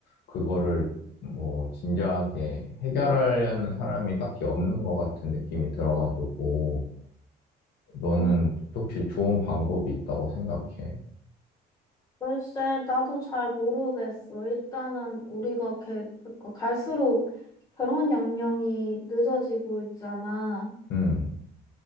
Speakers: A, on the left; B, on the left.
A: 그거를 뭐 진지하게 해결하려는 사람이 딱히 없는 것 같은 느낌이 들어가지고 너는
B: 음,
A: 혹시 좋은 방법이 있다고 생각해?
B: 글쎄, 나도 잘 모르겠어. 일단은 우리가 개, 그러니까 갈수록 결혼 연령이 늦어지고 있잖아.
A: 음,